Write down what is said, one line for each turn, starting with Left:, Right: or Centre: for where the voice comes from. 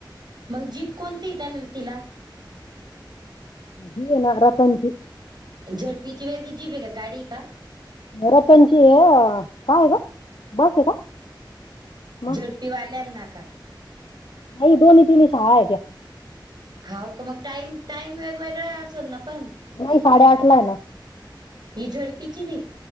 Right: मग जीप कोणती त्यानी तिला
Left: घ ना रतनची
Right: झडपीची वेगळी जीब आहे का गाडी का
Left: रप्यांची काय का बस आहे का मग
Right: झडपीवाल्याना का
Left: अई दोन तीनशहाा आहेे
Right: हो का मग टाईम टाईम वेगवेगळा आहे असेल ना पण
Left: नाही साडेआठ ला आहे ना
Right: ही झडपीची भी